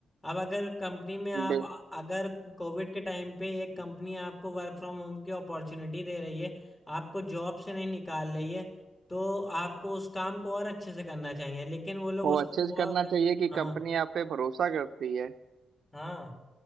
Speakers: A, on the left (about 25°); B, on the right (about 70°).
A: अब अगर कंपनी में आप
B: बि-
A: अगर कोविड के टाइम पे एक कंपनी आपको वर्क फ्रॉम होम की अपॉर्चुनिटी दे रही है आपको जॉब से नहीं निकाल रही है तो आपको उस काम को और अच्छे से करना चाहिए लेकिन वो लोग
B: वो
A: उसको
B: अच्छे से
A: फॉर
B: करना चाहिए कि
A: हाँ
B: कंपनी आप पे भरोसा करती है
A: हाँ